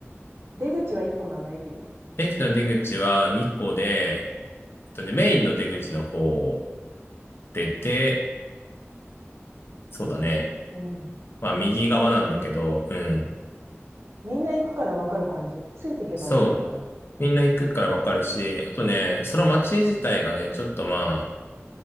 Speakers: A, on the right; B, on the left.
A: 出口は1個なの、駅の。
B: 駅の出口は2個で、えっとね、メインの出口の方を出て、そうだね。
A: うん。
B: まあ、右側なんだけど、
A: あ、でも、
B: うん。
A: みんな行くからわかる感じ。ついていけばわかる感じ。
B: そう。みんな行くからわかるし、あとね、その街自体がね、ちょっとまあ、